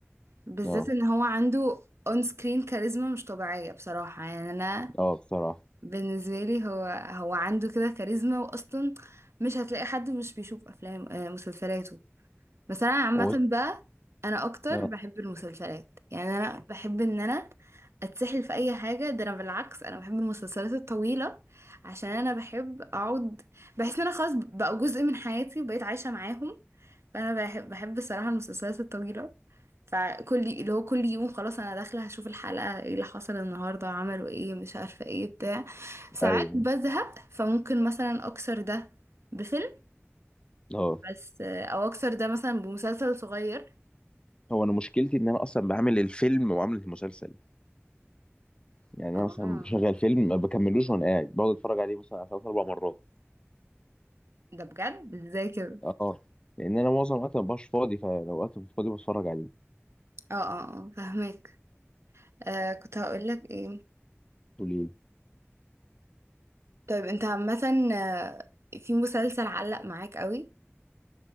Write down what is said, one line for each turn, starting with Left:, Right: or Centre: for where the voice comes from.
Right: بالذات
Left: اه
Right: ان هو عنده اون سكرين كاريزما مش طبيعية بصراحة يعني انا
Left: اه بصراحه
Right: بالنسبة لي هو هو عنده كده كاريزما واصلا مش هتلاقي حد مش بيشوف افلام آه، مسلسلاته بس انا عامة
Left: هو
Right: بقى انا اكتر
Left: اه
Right: بحب المسلسلات يعني انا بحب ان انا اتسحل في اي حاجة ده انا بالعكس انا بحب المسلسلات الطويلة عشان انا بحب اقعد بحس ان انا خلاص بقوا جزء من حياتي وبقيت عايشة معاهم فانا بحب بحب الصراحه المسلسلات الطويله فكل اللي هو كل يوم خلاص انا داخله هشوف الحلقه ايه اللي حصل النهارده عملوا ايه مش عارفه ايه بتاع ساعات
Left: ايوه
Right: بزهق فممكن مثلا اكسر ده بفيلم
Left: اه
Right: بس او اكسر ده مثلا بمسلسل صغير
Left: هو انا مشكلتي ان انا اصلا بعمل الفيلم وعامل المسلسل يعني
Right: اه
Left: انا مثلا بشغل فيلم ما بكملوش وانا قاعد بقعد اتفرج عليه مثلا على ثلاث اربع مرات
Right: ده بجد ازاي كده
Left: اه لان انا معظم الوقت ما ببقاش فاضي فلو وقت مش فاضي بتفرج عليه
Right: اه اه اه فاهمك آه كنت هقول لك ايه
Left: قليل
Right: طيب انت عامه آه، في مسلسل علق معاك قوي